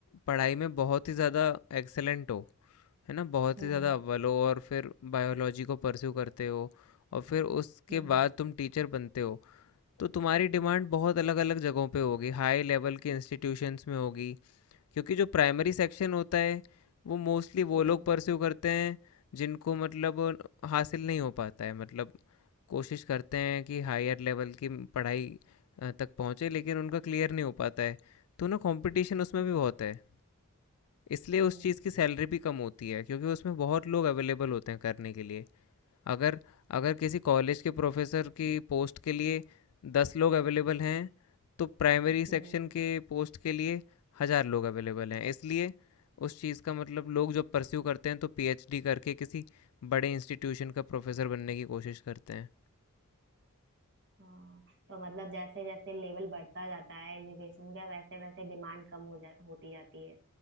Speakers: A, on the left (about 75°); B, on the right (about 55°).
A: पढ़ाई में बहुत ही ज़्यादा एक्सीलेंट हो, है ना? बहुत
B: हम्म
A: ही ज़्यादा अव्वल हो और फिर बायोलॉजी को परस्यू करते हो और फिर उसके
B: हम्म
A: बाद तुम टीचर बनते हो। तो तुम्हारी
B: हम्म
A: डिमांड बहुत अलग अलग जगहों पे होगी हाई लेवल के इंस्टीट्यूशंस में होगी क्योंकि जो प्राइमरी सेक्शन होता है वो मोस्टली वो
B: हम्म
A: लोग परस्यू करते हैं जिनको मतलब हासिल नहीं हो पाता है मतलब कोशिश करते हैं कि हायर लेवल की पढ़ाई अ, तक पहुँचे लेकिन उनका क्लियर नहीं हो पाता है तो ना कंपटीशन उसमें
B: हम्म
A: भी बहुत है इसलिए उस
B: हम्म
A: चीज़ की सैलरी भी कम होती है क्योंकि उसमें बहुत लोग अवेलेबल होते हैं करने के लिए अगर अगर किसी कॉलेज के प्रोफेसर की पोस्ट के लिए दस लोग अवेलेबल हैं तो प्राइमरी सेक्शन
B: हम्म
A: के पोस्ट के लिए हज़ार लोग अवेलेबल हैं इसलिए उस चीज़ का मतलब लोग जब परस्यू करते हैं तो पीएचडी करके किसी बड़े इंस्टीट्यूशन का प्रोफेसर बनने की कोशिश करते हैं
B: हाँ तो मतलब जैसे जैसे लेवल बढ़ता जाता है एजुकेशन का वैसे वैसे डिमांड कम हो जा होती जाती है